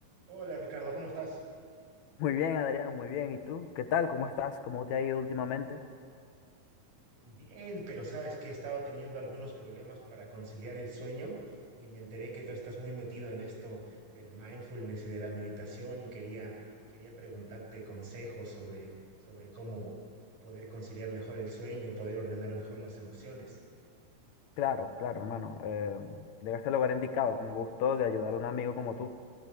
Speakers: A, on the right; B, on the left.
A: Hola Ricardo, ¿cómo estás?
B: Muy bien, Adrián, muy bien. ¿Y tú? ¿Qué tal? ¿Cómo estás? ¿Cómo te ha ido últimamente?
A: Bien, pero sabes que he estado teniendo algunos problemas para conciliar el sueño y me enteré que tú estás muy metido en esto del mindfulness y de la meditación y quería, quería preguntarte consejos sobre, sobre cómo poder conciliar mejor el sueño, poder ordenar mejor las emociones.
B: Claro, claro, hermano. eh, llegaste al lugar indicado, con gusto de ayudar a un amigo como tú.